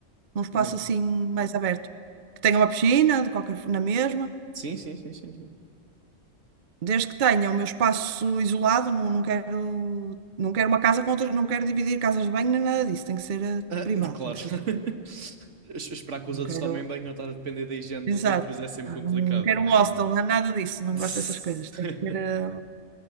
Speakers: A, on the right; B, on the right.
A: num espaço
B: numa...
A: assim mais aberto. Que tenha uma piscina, de qualquer, na mesma.
B: Sim, sim, sim, sim, sim.
A: Desde que tenha o meu espaço isolado, não, não quero, não quero uma casa com outras, não quero dividir casas de banho nem nada disso. Tem que ser eh,
B: Ah,
A: privado,
B: <laughs> claro.
A: tem que ser
B: <laughs>
A: só para mim.
B: Es- Esperar que
A: Não
B: os outros
A: quero,
B: tomem banho ou estar a depender da higiene
A: exato.
B: dos outros é sempre
A: Não,
B: complicado,
A: não quero
B: não?
A: um hostel, não é nada disso. Não
B: <laughs>
A: gosto dessas coisas. Tem que ser eh,